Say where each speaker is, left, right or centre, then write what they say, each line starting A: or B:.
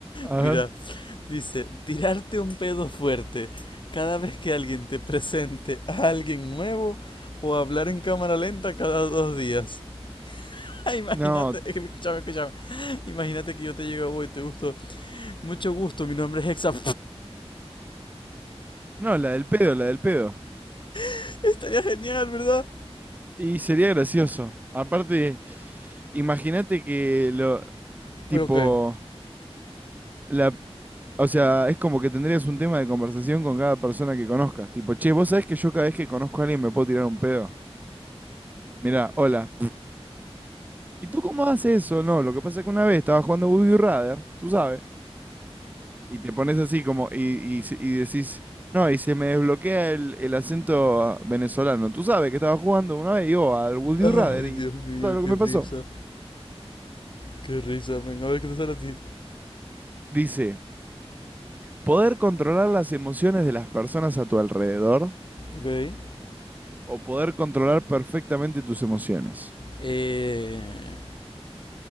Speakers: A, on the right (about 15°); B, on the left (about 50°).
A: A
B: Mira.
A: ver.
B: Dice, tirarte un pedo fuerte cada vez que alguien te presente a alguien nuevo o hablar en cámara lenta cada dos días. <laughs> Imagínate,
A: No,
B: eh, escúchame, escúchame. Imagínate que yo te llego voy, te gusto. Mucho gusto, mi nombre es Hexa.
A: no, la del pedo, la del pedo.
B: <laughs> Estaría genial, ¿verdad?
A: Y sería gracioso. Aparte, imagínate que lo, tipo,
B: Ok.
A: la, o sea, es como que tendrías un tema de conversación con cada persona que conozcas. Tipo, che, vos sabés que yo cada vez que conozco a alguien me puedo tirar un pedo. Mirá, hola. ¿Y tú cómo haces eso? No, lo que pasa es que una vez estaba jugando Woody Rather, tú sabes. Y te pones así como, y, y, se- y decís, no, y se me desbloquea el, el acento venezolano. Tú sabes que estaba jugando una vez yo al Would
B: Ay,
A: You Rather y
B: Dios
A: tú
B: mío,
A: sabes lo
B: qué
A: que me
B: risa.
A: pasó.
B: Qué risa, men. A ver qué te sale a ti.
A: Dice, poder controlar las emociones de las personas a tu alrededor
B: Ok.
A: o poder controlar perfectamente tus emociones.
B: Eh,